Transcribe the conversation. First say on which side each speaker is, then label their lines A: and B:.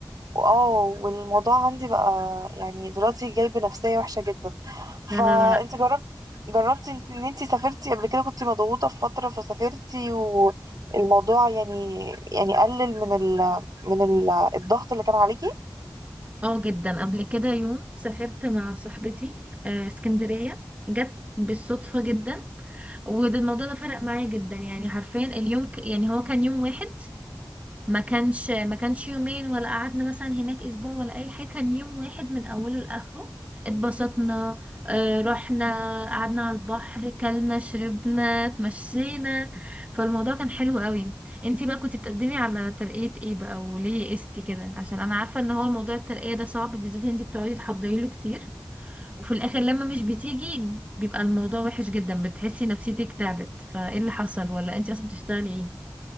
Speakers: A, on the right; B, on the right.
A: وآه والموضوع عندي بقى يعني دلوقتي جايب نفسية وحشة جدا
B: لا
A: فأنت
B: لا لا لا.
A: جربت جربتي إن إن أنتي سافرتي قبل كده كنت مضغوطة في فترة فسافرتي والموضوع يعني يعني قلل من ال من ال الضغط اللي كان عليكي؟
B: اه جدا قبل كده يوم سافرت مع صاحبتي آه، اسكندرية جت بالصدفة جدا وده الموضوع ده فرق معايا جدا يعني حرفيا اليوم ك... يعني هو كان يوم واحد ما كانش ما كانش يومين ولا قعدنا مثلا هناك اسبوع ولا اي حاجه كان يوم واحد من اوله لاخره اتبسطنا آه، رحنا قعدنا على البحر كلنا شربنا اتمشينا فالموضوع كان حلو قوي انتي بقى كنتي بتقدمي على ترقية ايه بقى وليه قستي كده عشان انا عارفه ان هو موضوع الترقية ده صعب بالذات انتي بتقعدي تحضري له كتير وفي الاخر لما مش بتيجي بيبقى الموضوع وحش جدا بتحسي نفسيتك تعبت فايه اللي حصل ولا انتي اصلا بتشتغلي ايه